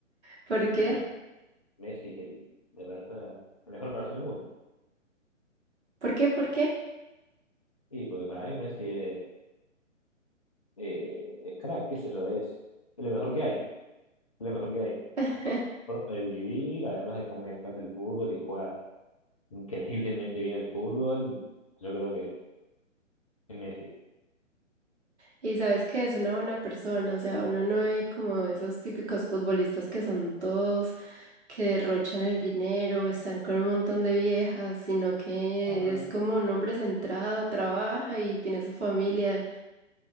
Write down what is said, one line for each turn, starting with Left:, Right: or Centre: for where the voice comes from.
Right: ¿Por qué?
Left: Nah, Messi es el, la persona, la mejor persona del mundo.
Right: ¿Por qué? ¿Por qué?
Left: Sí, porque para mí Messi es, eh, es crack, qué sé yo, es, es lo mejor que hay, es lo mejor que hay.
Right: <laughs>
Left: Forma de vivir, además de que a mí me encanta el fútbol y juega increíblemente bien el fútbol, yo creo que es Messi.
Right: Y sabes que es una buena persona, o sea, uno no ve como esos típicos futbolistas que son todos que derrochan el dinero, están con un montón de viejas, sino que
Left: No, no,
Right: es
Left: no.
Right: como un hombre centrado, trabaja y tiene su familia